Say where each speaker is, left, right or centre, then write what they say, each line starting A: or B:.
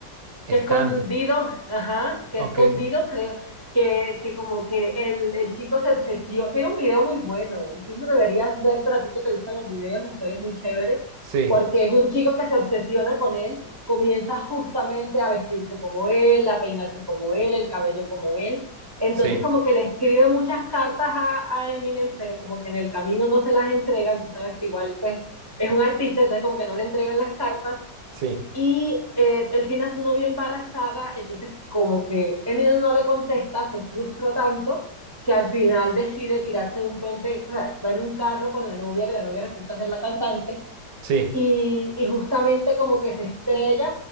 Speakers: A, on the right; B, on the right.
A: <laughs> están,
B: que escondido, ajá, que
A: ok,
B: escondido, creo, que, que como que el, el chico se obsesionó. Tiene un video muy bueno, incluso deberías ver, a ti que te gustan los videos, la historia es muy chévere,
A: sí,
B: porque es un chico que se obsesiona con él, comienza justamente a vestirse como él, a peinarse como él, el cabello como él. Entonces
A: sí,
B: como que le escribe muchas cartas a, a Eminem, pero como que en el camino no se las entregan, tú sabes que igual pues es un artista, entonces como que no le entregan las cartas
A: sí,
B: y eh, él tiene a su novia embarazada, entonces como que Eminem no le contesta, se frustra tanto que al final decide tirarse de un puente, o sea, va en un carro con la novia, que la novia resulta ser la cantante,
A: sí.
B: y, y justamente como que se estrella,